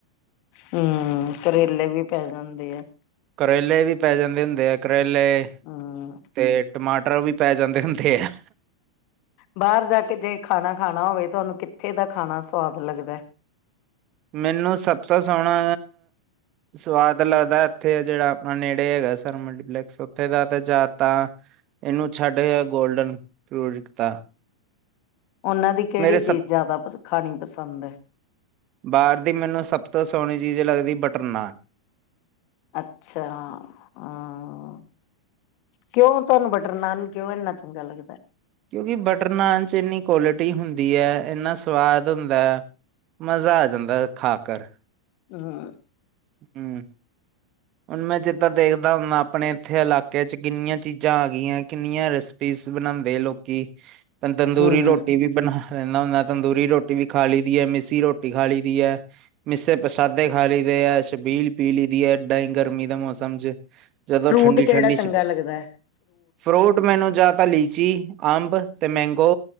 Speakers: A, on the left; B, on the right.
A: ਹੂੰ, ਕਰੇਲੇ ਵੀ ਪੈ ਜਾਂਦੇ ਆ।
B: ਕਰੇਲੇ ਵੀ ਪੈ ਜਾਂਦੇ ਹੁੰਦੇ ਆ, ਕਰੇਲੇ
A: ਹਾਂ।
B: ਤੇ, ਟਮਾਟਰ ਵੀ ਪੈ ਜਾਂਦੇ ਹੁੰਦੇ ਆ।
A: ਬਾਹਰ ਜਾਕੇ ਜੇ ਖਾਣਾ, ਖਾਣਾ ਹੋਵੇ ਤੁਹਾਨੂੰ ਕਿੱਥੇ ਦਾ ਖਾਣਾ ਸਵਾਦ ਲੱਗਦੈ?
B: ਮੈਨੂੰ ਸਭ ਤੋਂ ਸੋਹਣਾ ਸਵਾਦ ਲੱਗਦੈ ਇੱਥੇ ਆ ਜਿਹੜਾ ਆਪਣਾ ਨੇੜੇ ਹੈਗੈ ਸਰ ਮਲਟੀਪਲੈਕਸ ਉੱਥੇ ਦਾ ਤੇ ਜਾ ਤਾਂ ਇਹਨੂੰ ਛੱਡ ਗੋਲਡਨ ਪਿਓਰ ਤਾਂ।
A: ਉਹਨਾਂ ਦੀ ਕਿਹੜੀ
B: ਸਭ
A: ਚੀਜ਼ ਜ਼ਿਆਦਾ ਖਾਣੀ ਪਸੰਦ ਹੈ?
B: ਬਾਹਰ ਦੀ ਮੈਨੂੰ ਸਭ ਤੋਂ ਸੋਹਣੀ ਚੀਜ਼ ਲੱਗਦੀ ਬਟਰ ਨਾਨ।
A: ਅੱਛਾ! ਹਾਂ ਕਿਉਂ ਤੁਹਾਨੂੰ ਬਟਰ ਨਾਨ, ਕਿਉਂ ਇੰਨਾ ਚੰਗਾ ਲੱਗਦੈ?
B: ਕਿਉਂਕਿ ਬਟਰ ਨਾਨ'ਚ ਇੰਨੀ ਕੋਲਿਟੀ ਹੁੰਦੀ ਹੈ, ਇੰਨਾ ਸਵਾਦ ਹੁੰਦੈ। ਮਜ਼ਾ ਆ ਜਾਂਦਾ ਖਾਕਰ।
A: ਹੂੰ
B: ਹੂੰ ਹੁਣ ਮੈਂ ਜਿੱਦਾਂ ਦੇਖਦਾ ਹੁੰਨਾ ਆਪਣੇ ਇੱਥੇ ਇਲਾਕੇ ਚ ' ਕਿੰਨੀਆਂ ਚੀਜ਼ਾਂ ਆ ਗਈਐ ਕਿੰਨੀਆਂ ਰੈਸ ਪੀਸ ਬਣਾਂਦੇ ਐ ਲੋਕੀ ਤੰਦੂਰੀ
A: ਹਮ
B: ਰੋਟੀ ਵੀ ਬਣਾ ਰਹਿੰਨਾ ਹੁੰਨਾ ਤੰਦੂਰੀ ਰੋਟੀ ਵੀ ਖਾ ਲਈ ਦੀ ਐ ਮਿੱਸੀ ਰੋਟੀ ਖਾ ਲਈ ਦੀ ਐ ਮਿਸੇ ਪ੍ਰਸ਼ਾਦੇ ਖਾ ਲਈਦੇ ਐ ਛਬੀਲ ਪੀ ਲਈ ਦੀ ਐ ਏਦਾਂ ਹੀ ਗਰਮੀ ਦੇ ਮੌਸਮ ਚ ਜਦੋਂ
A: ਫਰੂਟ
B: ਠੰਡੀ
A: ਕਿਹੜਾ
B: ਠੰਡੀ
A: ਚੰਗਾ
B: ਸੀ ਬ
A: ਲੱਗਦਾ ਹੈ
B: ਫਰੂਟ ਮੈਨੂੰ ਜਾਂ ਤਾਂ ਲੀਚੀ ਅੰਬ ਤੇ ਮੈਂਗੋ